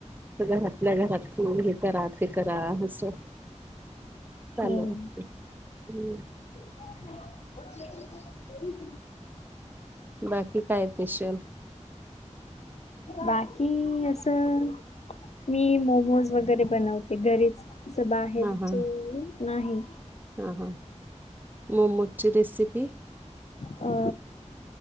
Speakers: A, on the right (about 15°); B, on the left (about 60°).
A: घर आपल्या घरात हे करा ते करा असं. चालेल
B: हम्म
A: हम्.
B: <unintelligible>
A: बाकी काय पिशल.
B: बाकी असं मी मोमोज वगैरे बनवते, घरीच असं बाहेरच
A: हा हा
B: नाही.
A: हा हा मोमोजची रेसिपी
B: अ